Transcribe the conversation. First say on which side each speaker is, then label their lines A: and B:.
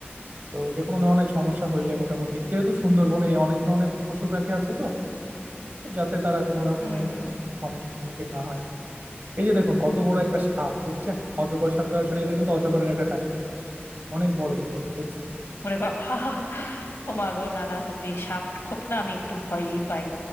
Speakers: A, on the right; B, on the left.
A: তো যে কোনো ধরনের সমস্যা হইলে মোটামুটি যেহেতু সুন্দরবনে অনেক ধরনের পশু পাখি আছে তো তো যাতে তারা কোনো রকমের
B: হুম
A: সমস্যার সম্মুখীন না হয় আর কি। এই যে দেখুন কত বড় একটা সাপ দেখছেন অজগর সাপটা আসলে এটা কিন্তু অজগরের একটা টাইপ অনেক বড় কিন্তু এটা, দেখছেন
B: ওরে বাবা ও মা গো না না সত্যি সাপ খোপ না আমি একটু ভয়ই পাই